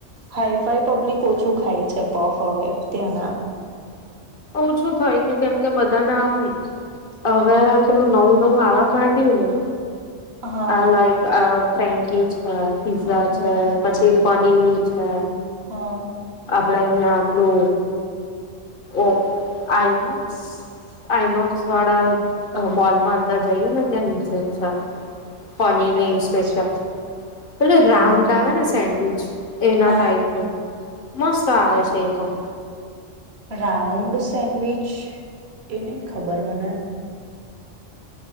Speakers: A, on the right; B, on the left.
A: હાઈ ફાઈ પબ્લિક ઓછું ખાય છે પફ હવે ત્યાંના
B: ઓછું થઈ ગયું કેમ કે બધાને આમ હવે પેલું નવું નવું આવવા માંડય્યું ને
A: હા
B: હ લાઈક ફ્રેન્કી છે પિઝા
A: હ
B: છે, પછી પનીની છે
A: હા
B: બનાઈયા લો ઓ, આઈનોક્સ, આઈનોક્સ વાળા મોલમાં અંદર જઈએ ને ત્યાં નીચે જ છે પનીરની
A: આઈનોક્સમાં
B: સ્પેશિયલ, એટલે રાઉન્ડ
A: હા
B: આવે ને સેન્ડવિચ એના
A: હા
B: ટાઈપમાં, મસ્ત આવે છે એ પણ
A: રાઉન્ડ સેન્ડવિચ એને ખબર મને